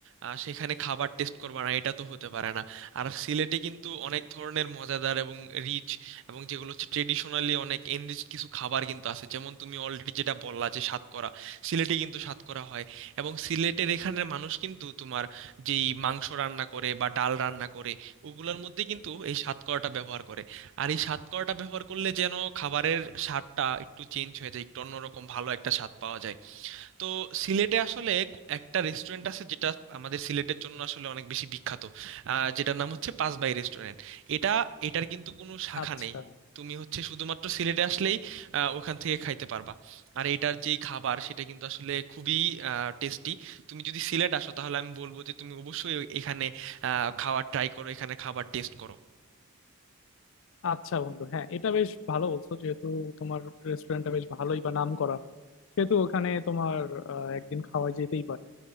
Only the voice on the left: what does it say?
আচ্ছা
আচ্ছা বন্ধু হ্যাঁ এটা বেশ ভালো বলছো যেহেতু তোমার রেস্টুরেন্টটা বেশ ভালোই বা নাম করা সেহেতু ওখানে তোমার আহ, একদিন খাওয়া যেতেই পারে